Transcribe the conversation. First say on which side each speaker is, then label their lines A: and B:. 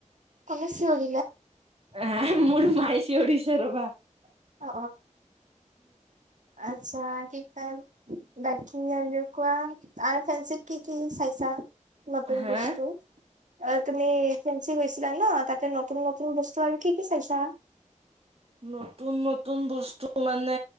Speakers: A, on the right; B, on the right.
A: কমছেি হয়
B: হা মোৰ <unintelligible>
A: অ আচ্ছা কি খ বাকী কোৱা আৰু ফেনচিভ কি কি চাইছা নতুন
B: হা
A: বস্তু তুমি ফেঞ্চি গৈছিলা ন তাতে নতুন ন তোৰ বস্তু আৰু কি কি চাইছা
B: নতুন নতুন বস্তু মানে